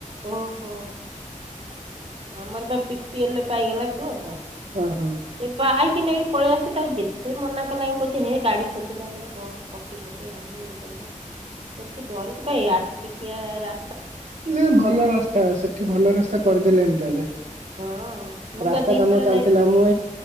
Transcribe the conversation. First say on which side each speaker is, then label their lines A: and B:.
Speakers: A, on the right; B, on the right.
A: ଓହୋ। ଆମର ବା ପି ପି ଏଲ ପାଇଗଲା ପୁଅ ତ,
B: ଓହୋ
A: ଏ ବାଇକି ନେଇ ପଳେଇ ଆସୁଚି। ତାକୁ ଯେତେ ମନା କଲା ଆଉ କହୁଛି, ହେ ଗାଡି ସୁବିଧା ନୁହଁ। ବସ ପକେଇ ପକେଇ ଆଣିବ, ଇଏ କରିବ। ତୁ ଏତେ ଡରୁଚୁ କାଇଁ, ଆଠ ଟିକିଆ ରା
B: ନା ଭଲ ରାସ୍ତା, ସେଠି ଭଲ ରାସ୍ତା କରିଦେଲେଣିି ତ ଏବେ।
A: ହଁ ମୁଁ
B: ରାସ୍ତା
A: ବା ଦିଥର
B: କାମ ଚାଲିଥିଲା।
A: ଯାଇଛି
B: ମୁ,